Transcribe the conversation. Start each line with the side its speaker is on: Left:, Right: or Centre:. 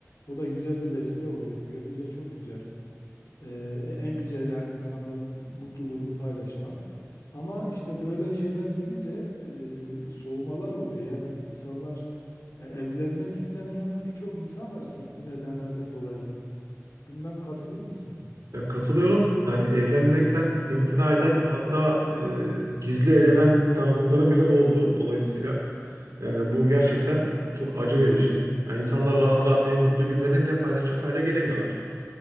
Left: O da güzel bir vesile oluyor. Bu yönüyle çok güzel. Ee, en güzeli hani insanların mutluluğunu paylaşmak. Ama işte böyle şeyler girince e, soğumalar oluyor. Yani insanlar ya evlenmek istemeyen birçok insan var sırf bu nedenlerden dolayı. Bilmem katılır mısın?
Right: Ya katılıyorum. Yani evlenmekten imtina eden hatta e, gizli evlenen tanıdıklarım bile oldu. Dolayısıyla yani bu gerçekten çok acı verici. Yani insanlar rahat rahat en mutlu günlerini bile paylaşacak hale gelemiyorlar.